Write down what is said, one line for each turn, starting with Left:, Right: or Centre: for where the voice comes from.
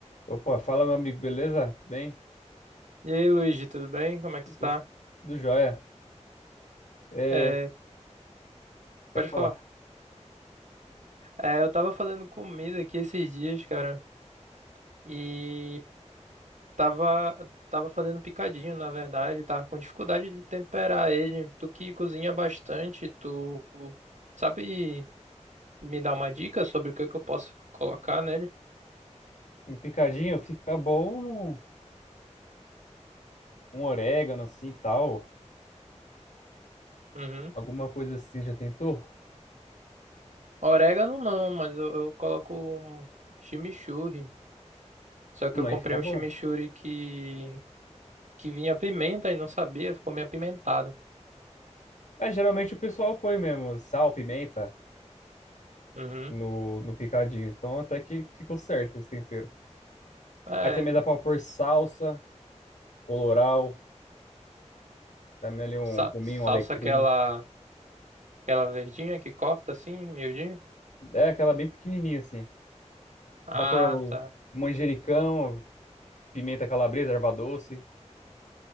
Left: Opa, fala meu amigo, beleza? Bem?
Right: E aí, Luigi, tudo bem? Como é
Left: Tudo,
Right: que tu tá?
Left: tudo jóia. É,
Right: É,
Left: pode
Right: pode
Left: falar.
Right: falar. É, eu tava fazendo comida aqui esses dias, cara, e tava, tava fazendo picadinho, na verdade, tava com dificuldade de temperar ele. Tu que cozinha bastante, tu sabe me dar uma dica sobre o que que eu posso colocar nele?
Left: Um picadinho fica bom, um, um orégano assim e tal.
Right: Uhum.
Left: Alguma coisa assim, já tentou?
Right: Orégano não, mas eu, eu coloco um chimichurri. Só que
Left: Hum,
Right: eu
Left: aí
Right: comprei
Left: fica
Right: um
Left: bom.
Right: chimichurri que, que vinha pimenta e não sabia, ficou meio apimentado.
Left: É, geralmente o pessoal põe mesmo sal, pimenta
Right: Uhum.
Left: no, no picadinho. Então até que ficou certo esse tempero.
Right: É,
Left: Aí também dá pra pôr salsa, colorau, também ali um
Right: Sa-
Left: cominho,
Right: salsa
Left: um alecrim.
Right: aquela, aquela verdinha que corta assim, miudinho?
Left: É aquela bem pequenininha assim.
Right: Ah,
Left: Dá pra pôr o
Right: tá.
Left: manjericão, pimenta calabresa, erva doce.